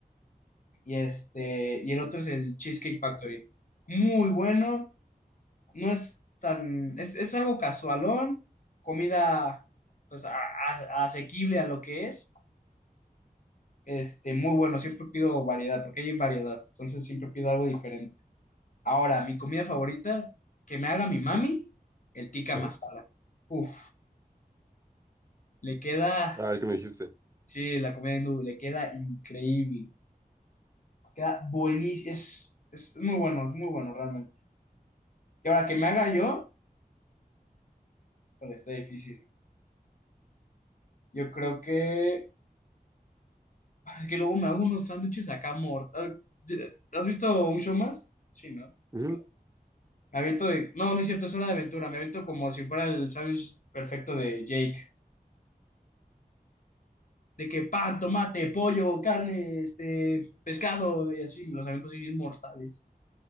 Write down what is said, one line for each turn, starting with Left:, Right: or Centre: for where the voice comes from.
Left: Y este, y el otro es el Cheesecake Factory. Muy bueno, no es tan, es, es algo casualón, comida pues a- a- asequible a lo que es. Este, muy bueno, siempre pido variedad, porque hay variedad, entonces siempre pido algo diferente. Ahora, mi comida favorita, que me haga mi mami, el tikka
Right: Ajá.
Left: masala. Uf, le queda,
Right: Ah, el que me dijiste.
Left: sí, la comida hindú, le queda increíble, queda buenísimo, es, es, es muy bueno, es muy bueno realmente. Y ahora que me haga yo, Bueno, está difícil. Yo creo que... Es que luego me hago unos sándwiches acá mortales. ¿Has visto un show más? Sí, ¿no? Pues
Right: Ujú.
Left: claro. Me aviento de... No, no es cierto, es Hora de Aventura. Me aviento como si fuera el sándwich perfecto de Jake. De que pan, tomate, pollo, carne, este, pescado y así. me Los aviento así bien mortales.